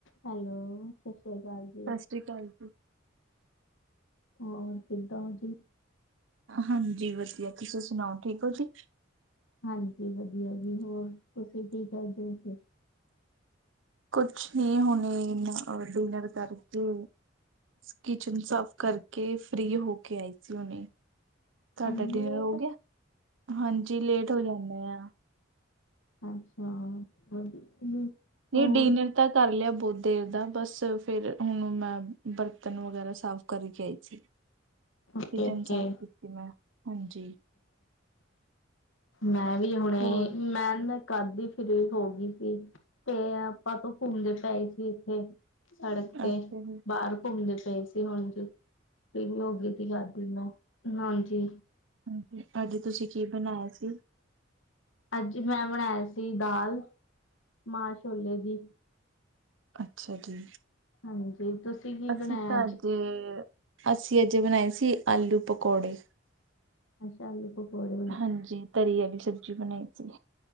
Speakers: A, on the left; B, on the right.
A: Hello ਸਤਿ ਸ੍ਰੀ ਅਕਾਲ ਜੀ।
B: ਸਤਿ ਸ਼੍ਰੀ ਅਕਾਲ ਜੀ,
A: ਹੋਰ ਕਿਦਾਂ ਜੀ?
B: ਹਾਂਜੀ ਵਧੀਆ, ਤੁਸੀਂ ਸੁਣਾਓ ਠੀਕ ਹੋ ਜੀ?
A: ਹਾਂਜੀ ਵਧੀਆ ਜੀ, ਹੋਰ ਤੁਸੀਂ ਕੀ ਕਰਦੇ ਜੀ?
B: ਕੁਛ ਨਹੀਂ ਹੁਣੇ ਡਿਨਰ ਕਰਕੇ। ਕਿਚਨ ਸਾਫ਼ ਕਰਕੇ ਫ੍ਰਰੀ ਹੋ ਕੇ ਆਈ ਸੀ ਹੁਣੇ। ਤੁਹਾਡਾ
A: ਇੰਨੀ
B: ਡਿਨਰ
A: ਲੇਟ
B: ਹੋ ਗਿਆ ਹਾਂਜੀ ਲੇਟ ਹੋ ਜਾਂਦੇ ਆ।
A: ਅੱਛਾ ਵਧੀਆ।
B: ਨਹੀਂ
A: ਹੋਰ
B: ਡਿਨਰ ਤਾ। ਕਰ ਲਿਆ ਬਹੁਤ ਦੇਰ ਦਾ ਬਸ ਫੇਰ ਹੁਣ ਮੈਂ ਬਰਤਨ ਵਗੈਰਾ ਸਾਫ਼ ਕਰਕੇ ਆਈ।
A: ਓਕੇ-ਓਕੇ,
B: ਕਿਚਨ ਸਾਫ ਕੀਤੀ ਮੈਂ। ਹਾਂਜੀ
A: ਮੈਂ ਵੀ ਹੁਣੇ
B: ਹੋਰ
A: ਮੈਂ। ਕਦ ਦੀ ਫਰੀ ਹੋ ਗਈ ਸੀ ਤੇ ਆਪਾਂ ਤੋਂ ਘੁੰਮਦੇ ਪਏ ਸੀ ਇੱਥੇ। ਸੜਕ ਤੇ
B: ਅੱਛਾ ਜੀ।
A: ਬਾਹਰ ਘੁੰਮਦੇ ਪਏ ਸੀ। ਹੁਣ ਜੀ ਵੀ ਹੋ ਗਈ ਸੀ ਖਾਦੀ ਨਾਲ ਹਾਂਜੀ।
B: ਹਾਂਜੀ, ਅਜ ਤੁਸੀਂ ਕੀ ਬਣਾਇਆ ਸੀ?
A: ਅੱਜ ਮੈਂ ਬਣਾਇਆ ਸੀ ਦਾਲ ਮਾਂ ਛੋਲੇ ਦੀ।
B: ਅੱਛਾ ਜੀ।
A: ਹਾਂਜੀ, ਤੁਸੀਂ। ਕੀ
B: ਅਸੀਂ
A: ਬਣਾਇਆ
B: ਤਾਂ ਅੱਜ ਅਸੀਂ ਅੱਜ ਬਣਾਏ ਸੀ ਆਲੂ ਪਕੌੜੇ।
A: ਅੱਛਾ, ਆਲੂ ਪਕੋੜੇ।
B: ਹਾਂਜੀ। ਤਰੀ ਵਾਲੀ ਸਬਜ਼ੀ ਬਣਾਈ ਸੀ।